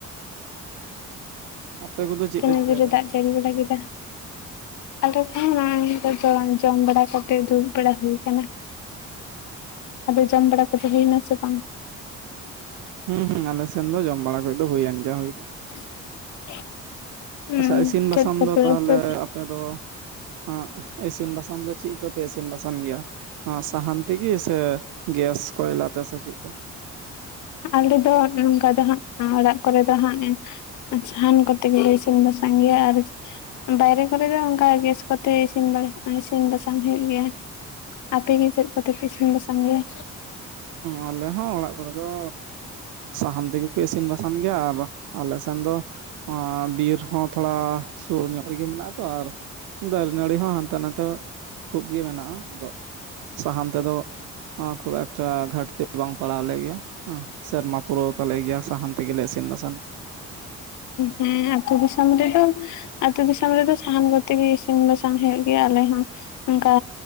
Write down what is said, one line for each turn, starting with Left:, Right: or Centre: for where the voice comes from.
Right: ᱟᱯᱮ ᱠᱚᱫᱚ ᱪᱮᱫ
Left: ᱛᱤᱱᱟᱹ
Right: ᱯᱮ ᱪᱤᱠᱟᱹᱭᱮᱫᱟ
Left: ᱡᱩᱨᱮ ᱫᱟᱜ ᱡᱟᱹᱲᱤ ᱵᱟᱲᱟ ᱠᱮᱫᱟ? ᱟᱞᱮ ᱠᱚᱦᱚᱸ ᱱᱚᱜᱼᱚᱭ ᱱᱤᱛᱳᱜ ᱫᱚ ᱡᱚᱢ ᱵᱟᱲᱟ ᱠᱟᱛᱮ ᱫᱩᱲᱩᱵ ᱵᱟᱲᱟ ᱦᱩᱭ ᱠᱟᱱᱟ ᱾ ᱟᱫᱚ ᱡᱚᱢ ᱵᱟᱲᱟ ᱠᱚᱫᱚ ᱦᱩᱭᱱᱟ ᱥᱮ ᱵᱟᱝ?
Right: ᱦᱩᱸ ᱦᱩᱸ ᱟᱞᱮ ᱥᱮᱱ ᱫᱚ ᱡᱚᱢ ᱵᱟᱲᱟ ᱠᱚᱫᱚ ᱦᱩᱭᱮᱱ ᱜᱮᱭᱟ ᱦᱳᱭ ᱫᱚ ᱾
Left: <inaudible>
Right: ᱟᱪᱪᱷᱟ ᱤᱥᱤᱱ ᱵᱟᱥᱟᱝ
Left: ᱪᱮᱫ ᱠᱚᱯᱮ
Right: ᱫᱚ ᱛᱟᱦᱚᱞᱮ
Left: ᱩᱛᱩ
Right: ᱟᱯᱮ ᱫᱚ ᱟᱜ ᱤᱥᱤᱱ ᱵᱟᱥᱟᱝ ᱫᱚ ᱪᱤᱫ ᱠᱚᱯᱮ ᱤᱥᱤᱱ ᱵᱟᱥᱟᱱ ᱜᱤᱭᱟ? ᱥᱟᱦᱟᱱ ᱛᱤᱜᱤ ᱥᱮ ᱜᱮᱥ ᱠᱚᱭᱞᱟ ᱛᱮ ᱥᱮ ᱪᱮᱫ ᱛᱮ?
Left: ᱟᱞᱮ ᱫᱚ ᱱᱚᱝᱠᱟ ᱫᱚ ᱦᱟᱸᱜ ᱚᱲᱟᱜ ᱠᱚᱨᱮ ᱫᱚ ᱦᱟᱸᱜ ᱮᱸ ᱥᱟᱦᱟᱱ ᱠᱚᱛᱮ ᱜᱮᱞᱮ ᱤᱥᱤᱱ ᱵᱟᱥᱟᱝ ᱜᱮᱭᱟ ᱟᱨ ᱵᱟᱭᱨᱮ ᱠᱚᱨᱮ ᱫᱚ ᱚᱱᱠᱟ ᱜᱮᱥ ᱠᱚᱛᱮ ᱤᱥᱤᱱ ᱵᱟᱥᱟᱝ ᱤᱥᱤᱱ ᱵᱟᱥᱟᱝ ᱦᱩᱭᱩᱜ ᱜᱮᱭᱟ, ᱟᱯᱮ ᱜᱮ ᱪᱮᱫ ᱠᱚᱛᱮᱯᱮ ᱤᱥᱤᱱ ᱵᱟᱥᱟᱝ ᱜᱮᱭᱟ?
Right: ᱟᱞᱮ ᱦᱚᱸ ᱚᱲᱟᱜ ᱠᱚᱨᱮ ᱫᱚ ᱥᱟᱦᱟᱱ ᱛᱮᱜᱮ ᱠᱚ ᱤᱥᱤᱱ ᱵᱟ ᱥᱟᱱ ᱜᱮᱭᱟ ᱟᱨ ᱟᱞᱮ ᱥᱮᱱ ᱫᱚ ᱟᱸ ᱵᱤᱨ ᱦᱚᱸ ᱛᱷᱚᱲᱟ ᱥᱩᱨ ᱧᱚᱜ ᱨᱮᱜᱮ ᱢᱮᱱᱟᱜᱼᱟ ᱛᱚ ᱟᱨ ᱫᱟᱨᱮ ᱱᱟᱹᱲᱤ ᱦᱚᱸ ᱦᱟᱱᱛᱮ ᱱᱟᱛᱮ ᱠᱷᱩᱵ ᱜᱤ ᱢᱮᱱᱟᱜᱼᱟ ᱟᱫᱚ ᱥᱟᱦᱟᱱ ᱛᱮᱫᱚ ᱚᱸ ᱠᱷᱩᱵ ᱮᱠᱴᱟ ᱜᱷᱟᱴᱛᱤ ᱫᱚ ᱵᱟᱝ ᱯᱟᱲᱟᱣ ᱟᱞᱮ ᱜᱮᱭᱟ ᱦᱩᱸ ᱥᱮᱨᱢᱟ ᱯᱩᱨᱟᱹᱣ ᱛᱟᱞᱮ ᱜᱮᱭᱟ ᱥᱟᱦᱟᱱ ᱛᱮᱜᱮᱞᱮ ᱤᱥᱤᱱ ᱵᱟᱥᱟᱱ ᱾
Left: ᱦᱮᱸ ᱟᱹᱛᱩ ᱫᱤᱥᱚᱢ ᱨᱮᱫᱚ ᱟᱹᱛᱩ ᱫᱤᱥᱚᱢ ᱨᱮᱫᱚ ᱥᱟᱦᱟᱱ ᱠᱚᱛᱮ ᱜᱮ ᱤᱥᱤᱱ ᱵᱟᱥᱟᱝ ᱦᱩᱭᱩᱜ ᱜᱮᱭᱟ ᱟᱞᱮ ᱦᱚᱸ ᱚᱱᱠᱟ